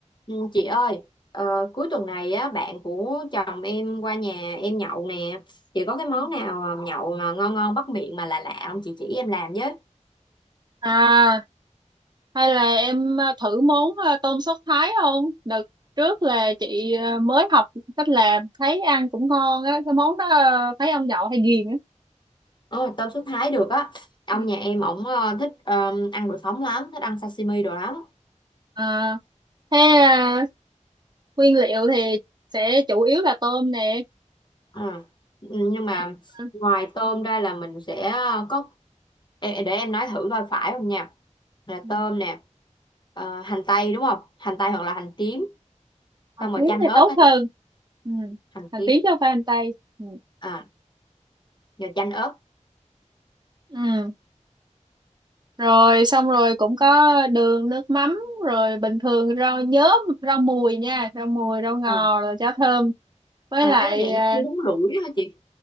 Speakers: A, on the left; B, on the right.
A: Ừ, Chị ơi, ờ, cuối tuần này á bạn của chồng em qua nhà em nhậu nè. Chị có cái
B: Ừ.
A: món nào mà nhậu mà ngon ngon bắt miệng mà lạ lạ không chị chỉ em làm với.
B: À, hay là em à, thử món à, tôm sốt Thái không? Đợt trước là chị à, mới học cách làm, thấy ăn cũng ngon á, cái món đó à, thấy ông nhậu hay ghiền á.
A: Ồ, tôm sốt Thái được á. Ông
B: Ừ.
A: nhà em ổng ờ, thích ờ, ăn đồ sống lắm, thích ăn sashimi đồ lắm.
B: À, thế à, nguyên liệu thì sẽ chủ yếu là tôm nè.
A: Ờ. Ừ, Nhưng mà
B: Em à,
A: ngoài tôm
B: ừ,
A: ra là mình sẽ ờ, có Ê, để em nói thử coi phải không nha. Là
B: ừ.
A: tôm nè, ờ, hành tây đúng không? Hành tây hoặc là hành tím,
B: hành
A: xong
B: tím
A: rồi chanh
B: thì
A: ớt
B: tốt
A: á
B: hơn.
A: chị,
B: Ừ.
A: hành
B: Hành
A: tím.
B: tím cho pha hành tây. Ừ.
A: À, rồi chanh ớt.
B: Ừ. rồi xong rồi cũng có đường nước mắm rồi bình thường rau nhớm rau mùi nha rau mùi rau ngò
A: À,
B: rồi cháo thơm với
A: à
B: lại
A: cái dạng
B: à,
A: giống như bún rủi đó hả chị